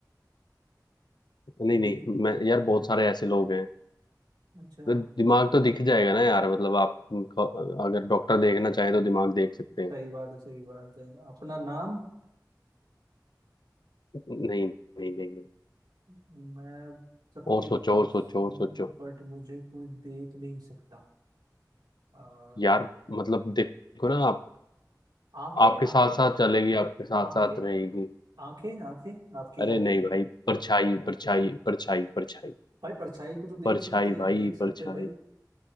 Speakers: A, on the left; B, on the right.
A: नहीं नहीं
B: दि...
A: मैं यार बहुत सारे ऐसे लोग हैं
B: अच्छा
A: तो दिमाग तो दिख जाएगा ना यार मतलब आप अगर डॉक्टर देखना चाहे तो दिमाग देख सकते हैं
B: सही बात है सही बात है अपना नाम
A: नहीं नहीं नहीं नहीं
B: मैं सबके
A: और सोचो
B: पास
A: और सोचो
B: हूँ
A: और सोचो
B: बट मुझे कोई देख नहीं सकता आ,
A: यार मतलब देखो ना आप
B: आंखें
A: आपके
B: आंखें
A: साथ साथ चलेगी आपके साथ
B: आंखें
A: साथ रहेगी
B: आंखें आंखें आपकी
A: अरे
B: आंखें
A: नहीं भाई परछाई परछाई परछाई परछाई
B: भाई परछाई को तो देख
A: परछाई
B: सकते हैं
A: भाई
B: देख सकते
A: परछाई
B: हैं भाई